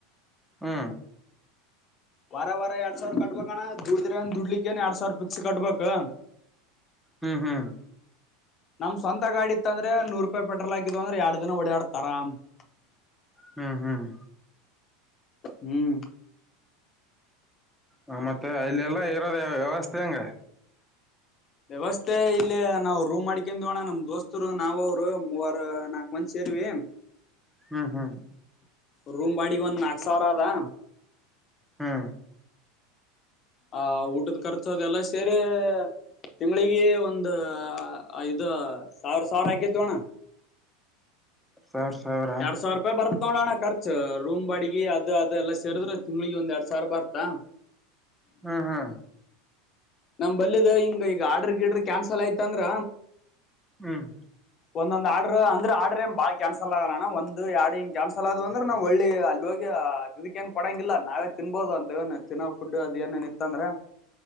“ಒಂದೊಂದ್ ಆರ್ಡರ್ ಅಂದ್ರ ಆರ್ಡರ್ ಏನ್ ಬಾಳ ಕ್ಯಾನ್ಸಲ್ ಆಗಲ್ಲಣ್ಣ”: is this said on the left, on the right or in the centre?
Left